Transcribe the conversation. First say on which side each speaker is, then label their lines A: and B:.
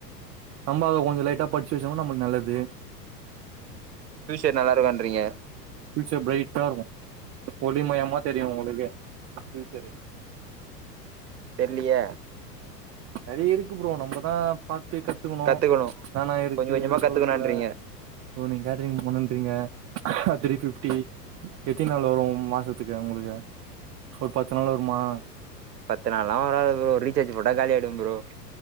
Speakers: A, on the right; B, on the right.
A: நம்ம அத கொஞ்சம் லைட்டா படிச்சு வச்சோனா நம்மளுக்கு நல்லது
B: ஃப்யுசர் நல்லா இருக்கும்ன்றீங்க
A: ஃப்யூச்சர் பிரைட்டா இருக்கும் ஒளி மயமா தெரியும் உங்களுக்கே ஃப் யுச்சரு
B: தெர்லயே
A: நறையா இருக்கு ப்ரோ நம்மதா பாத் த்து கத்துக்கணும்
B: கத்துக்கணு
A: என்னனா இருக்கு
B: கொஞ்ச கொஞ்சமா
A: உலகத்துல
B: கத்துக்கணுன்றீங்க
A: இப்போ நீங்க கேட்டரிங் போனும்றீங்க அ த்ரீ ஃபிஃப்டி எத்தின நாள் வரும் மாசத்துக்கு உங்களுக்கு ஒரு பத்து நாள் வருமா
B: பத்து நாள்லாம் வராது ப்ரோ ரீசார்ஜ் போட்டா காலியாயிடம் ப்ரோ